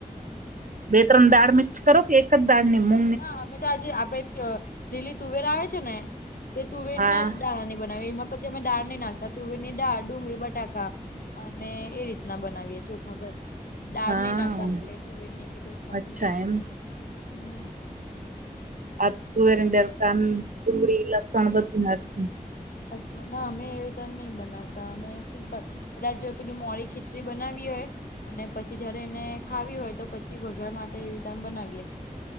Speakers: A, on the right; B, on the left.
A: બે ત્રણ દાળ મિક્સ કરો કે એક જ દાળની મુ
B: ના અમે તો આજે આપડે લીલી તુવેરા આવે છે ને તે તુવેર
A: હા
B: ના દાળા ની બનાવી એમાં પછી અમે દાળ નહી નાખતા તુવેર ની દાળ, ડુંગળી, બટાકા અને એ રીતના બનાવીયે ચોખા બસ દાળ
A: હા
B: નહી નાખતા કઈ તુવેર ન કે કોઈ મગની
A: અચ્છા
B: નહી નાખતા.
A: એમ
B: હમ્મ.
A: આ તુવેર ને દર કા ડુંગળી લસણ બધું નાખ.
B: અચ્છા ના અમે એવી રીત નહી બનાવતા અમે સિમ્પલ કદાચ પેલી મોડી ખીચડી બનાવી હોય અને પછી જયારે એને ખાવી હોય તો પછી વઘાર માટે એ રીતે બનાવીએ.